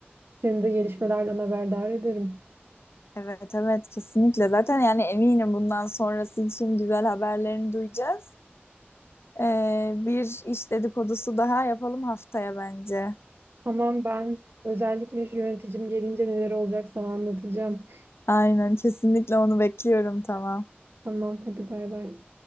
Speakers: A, on the right (about 65°); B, on the left (about 80°).
A: Seni de gelişmelerden haberdar ederim.
B: Evet evet kesinlikle. Zaten yani eminim bundan sonrası için güzel haberlerini duyacağız. Ee, bir iş dedikodusu daha yapalım haftaya bence.
A: Tamam ben özellikle şu yöneticim gelince neler olacak sana anlatacağım.
B: Aynen kesinlikle onu bekliyorum tamam.
A: Tamam hadi bay bay.